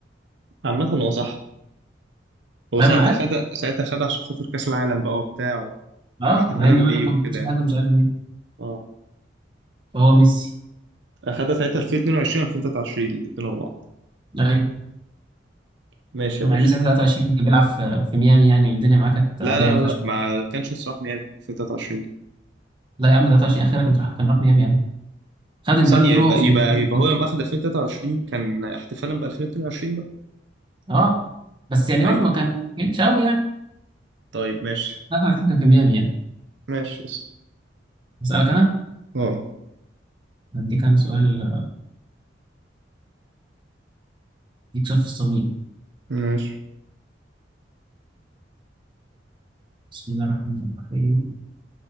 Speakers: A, on the right (about 70°); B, on the right (about 25°).
A: عامة هو صح هو
B: طيب
A: ساعتها
B: انا عارف
A: خد ساعتها خد عشان خاطر كأس العالم بقى وبتاع
B: اه
A: واحتفالا
B: مع انه
A: بيه
B: قال لك
A: وكده
B: ما بيعملش
A: يعني
B: حاجه مش عارف ايه
A: أه
B: فهو ميسي
A: اخدها ساعتها 2022 2023 الاثنين ورا بعض
B: ايوه
A: ماشي
B: مع
A: يا باشا
B: ان ساعتها 23 كان بيلعب في في ميامي يعني والدنيا معاه كانت
A: لا
B: عاديه
A: لا
B: ما
A: لا
B: فيهاش
A: لا ما كانش الصراحه ميامي 2023 دي
B: لا يا عم 23 اخيرا كان راح- كان راح ميامي يعني خد البالون
A: ثانية
B: دور
A: يبقى
B: هو في
A: يبقى
B: ميامي.
A: يبقى هو لما اخد 2023 كان احتفالا ب 2022 بقى
B: اه بس يعني برضه
A: ايوه
B: ما كان جيتش قوي يعني
A: طيب ماشي
B: 23 كان في ميامي يعني
A: ماشي اسأل.
B: اسالك انا
A: اه
B: اديك انا سؤال اديك سؤال في الصميم
A: ماشي
B: بسم الله الرحمن الرحيم